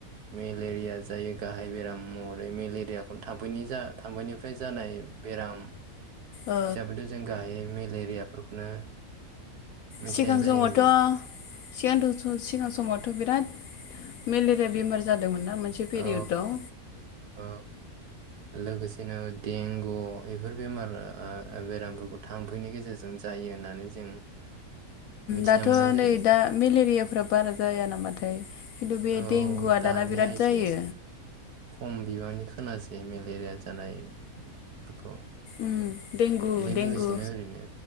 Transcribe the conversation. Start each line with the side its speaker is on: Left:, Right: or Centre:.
Right: मेलेरिया जायो गाहाय बेराम महरै मेलेरियाखौनो थाम्फै जा थाम्फैनिफ्राय जानाय बेराम
Left: ओ
Right: जाबोदों जों गाहायै मेले मेलेरियाफोरखौनो मिथिनाय
Left: सिगां
Right: जायो
Left: समावथ'
Right: बि
Left: सिगां समावथ' बिराद मेलेरिया बेमार जादोंमोन ना। आ मोनसे फिरियद‌आव
Right: औ औ लोगोसेनो देंगु एफोर बेमारा बेरामफोरखौ थाम्फैनि गेजेरजों जायो होननानै जों मिथिना
Left: दाथ'
Right: मोननाय जायो
Left: नै दा मेलेरियाफ्रा बारा जाया नामाथाय? खिन्थु बे
Right: औ
Left: देंगुआ
Right: दानिया
Left: दाना बिराद
Right: एसे
Left: जायो।
Right: खम बिबांनि खोनासै मेलेरिया जानायफोरखौ।
Left: उम देंगु
Right: बेजों
Left: देंगु
Right: लोगोसेनो ओरैनो